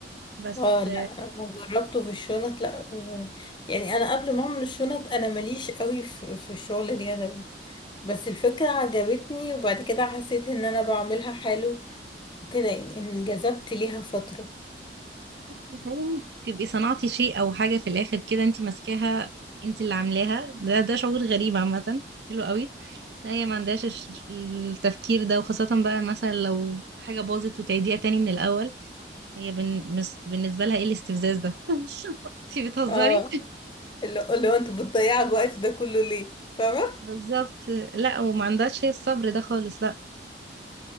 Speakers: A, on the right; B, on the left.
A: بس
B: اه لا انا جربته في الشنط لا آه، يعني انا قبل ما اعمل الشنط انا ماليش قوي في في الشغل اليدوي بس الفكرة عجبتني وبعد كده حسيت ان انا بعملها حلو كده يعني انجذبت ليها فترة
A: متهيألي تبقي صنعتي شيء او حاجه في الاخر كده انت ماسكاها انت اللي عاملاها ده ده شعور غريب عامه حلو قوي لا هي ما عندهاش الش- التفكير ده وخاصه بقى مثلا لو حاجه باظت وتعيديها تاني من الاول هي بن... مس- بالنسبه لها ايه الاستفزاز ده <laughs> انت بتهزري
B: اه اللي اللي هو انت بتضيع الوقت ده كله ليه فاهمة
A: بالظبط لا وما عندهاش هي الصبر ده خالص لا